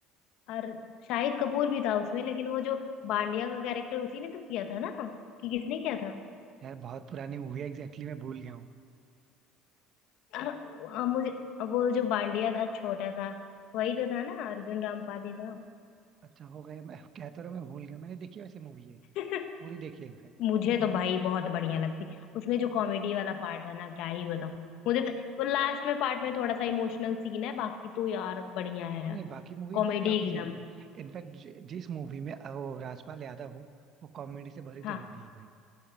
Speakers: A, on the left (about 65°); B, on the right (about 45°).
A: और शाहिद कपूर भी था उसमें लेकिन वो जो बांडिया का कैरेक्टर उसी ने तो किया था ना कि किसने किया था
B: यार बहुत पुरानी मूवी है एग्जैक्टली मैं भूल गया हूँ
A: और अ, मुझे वो जो बांडिया था छोटा सा वही तो था ना अर्जुन रामपाल ही था
B: अच्छा हो गया मैं कहता रहा मैं भूल गया मैंने देखी वैसे मूवी है
A: <laughs>
B: पूरी देखी है इनफैक्ट
A: मुझे तो भाई बहुत बढ़िया लगती उसमें जो कॉमेडी वाला पार्ट है ना क्या ही बताऊं मुझे तो वो लास्ट में पार्ट में थोड़ा सा इमोशनल सीन है बाकी तो यार बढ़िया है
B: नहीं नहीं बाकी मूवी इनफैक्ट
A: कॉमेडी
B: काफी
A: एकदम
B: सही है इनफैक्ट जिस मूवी में अ, वो राजपाल यादव हो वो कॉमेडी से भरी
A: हाँ
B: तो होगी ही भाई